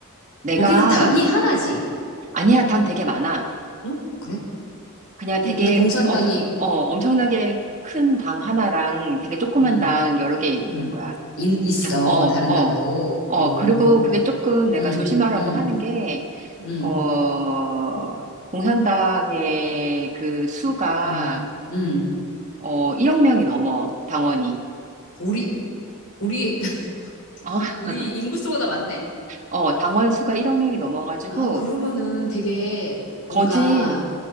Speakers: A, on the right (about 35°); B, on the left (about 70°).
A: 내가,
B: 거기는 당이 하나지.
A: 아니야, 당 되게 많아.
B: 응? 그래?
A: 그냥
B: 근데,
A: 되게
B: 근데 공산당이,
A: 엄청, 어, 엄청나게 큰 당 하나랑 되게 조그만
B: 음,
A: 당 여러 개 있는
B: 음,
A: 거야.
B: 인, 있어.
A: 당, 어, 어,
B: 다른 당도.
A: 어.
B: 어,
A: 그리고 그게 조금 내가
B: 음,
A: 조심하라고
B: 음,
A: 하는 게,
B: 음,
A: 어, 공산당의 그 수가,
B: 음, 음.
A: 어, 1억 명이 넘어, 당원이.
B: 우리, 우리, <laughs>
A: 어,
B: 우리
A: <laughs>
B: 인구수보다 많네?
A: 어, 당원 수가 1억 명이 넘어가지고,
B: 아, 그러면은 되게 뭔가,
A: 거진